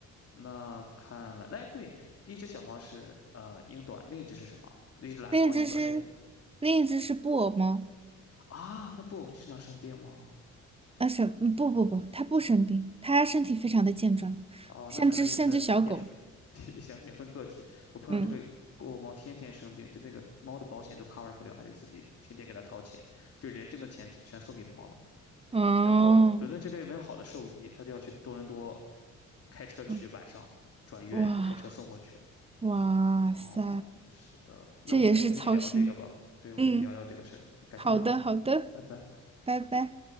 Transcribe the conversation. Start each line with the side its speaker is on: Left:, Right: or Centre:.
Left: 那看来，哎，对，一只小猫是呃英短，另一只是什么？一只蓝猫英短，
Right: 另一只是
Left: 另一只
Right: 另一只是布偶猫，
Left: 啊，那不经常生病吗？
Right: 啊生嗯不不不，它不生病，它身体非常的健壮，
Left: 哦，
Right: 像只像只小狗。
Left: 那可能也分也分 <laughs> 也行也分个体。我朋友这个布偶猫天天生病，
Right: 嗯
Left: 就那个猫的保险都 cover 不了，还得自己天天给它掏钱，就人挣的钱全送给猫了。
Right: 哦，
Left: 然后伦敦这边有没有好的兽医，他就要去多伦多开车去，
Right: 嗯
Left: 晚上转院开车送过去。
Right: 哇哇塞，
Left: 哦，是的，那我们改天跟你聊这个吧。
Right: 这也是操心。
Left: 对，我跟你聊聊这个事儿，
Right: 嗯，
Left: 改天聊，
Right: 好的好的，
Left: 拜拜。
Right: 拜拜。